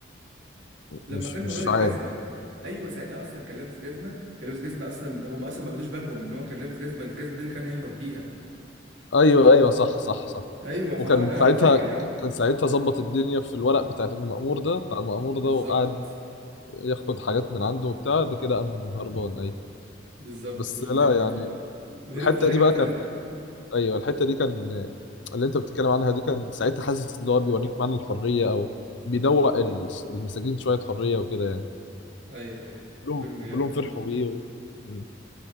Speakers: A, on the right; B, on the left.
A: لما
B: مش
A: كان مغير
B: مش
A: الجزمه
B: عارف
A: ايوه ساعتها اصلا كان لابس جزمه كان لابس جزمه اصلا ده هم اصلا ما خدوش بالهم ان هو كان لابس جزمه الجزمه دي اللي كان هيهرب بيها
B: ايوه ايوه صح صح صح
A: ايوه فهو
B: وكان
A: انا
B: ساعتها
A: انا فاكر يا عم
B: كان ساعتها ظبط الدنيا في الورق بتاع المأمور ده بتاع المأمور
A: بالظبط
B: ده وقعد ياخد حاجات من عنده وبتاع ده كده قام هربان ايوه
A: بالظبط
B: بس
A: ال
B: لا
A: ال
B: يعني
A: ال- وهرب
B: الحته
A: بطريقه
B: دي
A: جامده
B: بقى كان
A: قوي
B: ايوه الحته دي كان اللي انت بتتكلم عنها دي كان ساعتها حاسس اللي هو بيوريك معنى الحريه او بيدوق الس- المساجين شويه حريه وكده يعني
A: ايوه ايوه
B: كلهم
A: فيلم
B: وكلهم
A: جامد
B: فرحوا
A: والله
B: بيه و... مم.